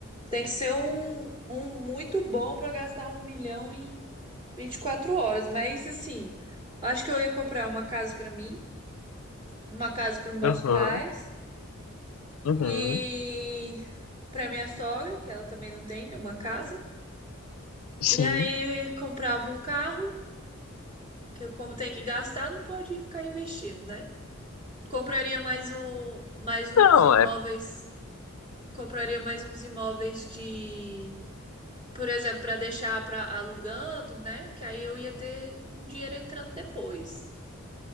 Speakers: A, on the right (about 25°); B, on the left (about 85°).
A: Tem que ser um, um muito bom para gastar um milhão em 24 horas, mas assim, acho que eu ia comprar uma casa para mim, uma casa para meus
B: Aham,
A: pais
B: uhum,
A: e para minha sogra, que ela também não tem nenhuma casa.
B: sim.
A: E aí comprava um carro, que como tem que gastar, não pode ficar investindo, né? Compraria mais um, mais uns
B: Não,
A: imóveis
B: é,
A: compraria mais uns imóveis de, por exemplo, para deixar para alugando, né? Que aí eu ia ter um dinheiro entrando depois.